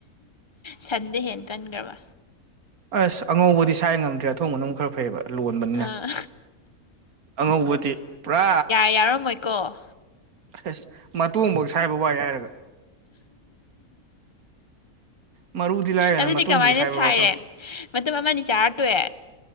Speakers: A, on the left; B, on the right.
A: ꯁꯟꯗꯩꯩ ꯍꯦꯟꯅ ꯀꯟꯒ꯭ꯔꯕ
B: ꯑꯁ ꯑꯉꯧꯕꯗꯤ ꯁꯥꯏ ꯉꯝꯗ꯭ꯔꯦ ꯑꯊꯣꯡꯕꯅ ꯑꯃꯨꯛ ꯈꯔ ꯐꯩꯑꯕ ꯂꯣꯟꯕꯅꯤꯅ
A: ꯑꯥ
B: ꯑꯉꯧꯕꯗꯤ ꯄꯨꯔꯥ
A: ꯌꯥꯔꯝꯃꯣꯏ ꯀꯣ
B: ꯑꯁ ꯃꯇꯣꯡꯕꯧ ꯁꯥꯏꯕ ꯋꯥꯏ ꯍꯥꯏꯔꯒ ꯃꯔꯨꯗꯤ ꯂꯥꯏꯔꯗꯅ
A: ꯑꯗꯨꯗꯤ
B: ꯃꯇꯣꯡꯐꯧ
A: ꯀꯃꯥꯏꯅ
B: ꯁꯥꯏꯕ
A: ꯁꯥꯏꯔꯦ
B: ꯋꯥꯈꯜ
A: ꯃꯇꯨꯝ ꯑꯃꯥ ꯑꯅꯤ ꯆꯥꯔ ꯇꯣꯛꯑꯦ